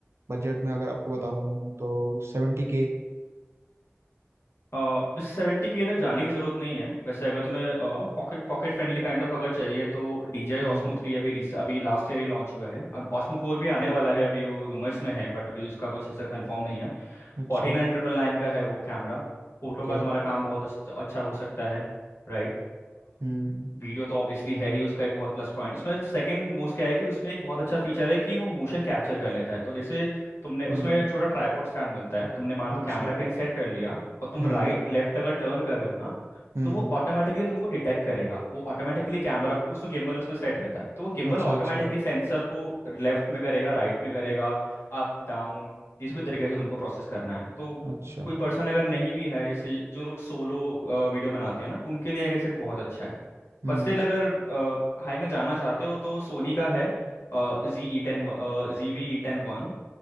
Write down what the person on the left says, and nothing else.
अ, बस सेवेंटी के तक जाने की ज़रूरत नहीं है वैसे अगर तुम्हें pocket pocket friendly kind of अगर चाहिए तो DJI
Osmo 3 अभी रिस अभी लास्ट ईयर ही लॉन्च हुआ है अब Osmo 4 भी आने वाला है अभी वो रूमर्स में है बट अभी उसका कुछ ऐसा कंफर्म नहीं है
फोर्टी नाइन ट्रिपल नाइन का है वो कैमरा फोटो
का तुम्हारा काम बहुत अस- अच्छा हो सकता है राइट
वीडियो तो ऑब्वियसली है ही उसका एक बहुत प्लस पॉइंट उसमें सेकंड मोस्ट क्या है कि उसमें एक बहुत अच्छा फीचर है कि वो मोशन कैप्चर कर लेता है तो जैसे तुमने
उसमें छोटा ट्राइपॉड स्टैंड मिलता है तुमने मान
लो कैमरा कहीं सेट कर लिया और तुम
राइट लेफ्ट अगर टर्न कर रहे हो ना
तो वो ऑटोमेटिकली तुमको डिटेक्ट करेगा वो ऑटोमेटिकली कैमरा को उसमें गिम्बल उसमें सेट रहता है तो वो गिम्बल
ऑटोमेटिकली
सेंसर को लेफ्ट में करेगा राइट में करेगा अप डाउन जिस भी तरीके से तुमको प्रोसेस करना है तो
कोई पर्सन अगर नहीं भी है जैसे जो लोग सोलो वीडियो बनाते हैं ना उनके लिए आई गेस एक बहुत अच्छा है
बट स्टिल अगर हाई में जाना चाहते हो तो सोनी का है G E ten G B E ten one